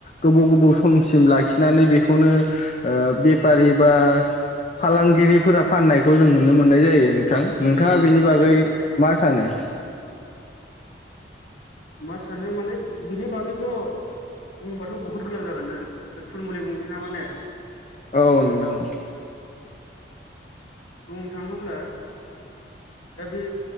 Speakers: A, on the left; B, on the left.
A: गोबाव गोबाव समसिम लाखिनानै बेखौनो ओ बेफारि बा फालांगिरिफोरा
B: उम
A: फाननायखौ जों नुनो मोननाय जायो नोंथां नोंथाङा
B: औ नोंथां
A: बेनि बागै
B: औ
A: मा सानो <unintelligible>
B: मा सानो माने बिनि बागैथ' बुंबाथ' बहुत गोलाव जागोन ओरै नो थुल मुलै बुंनोसै नामा ने
A: औ नोंथां औ
B: बुंनो थाङोब्ला दा बे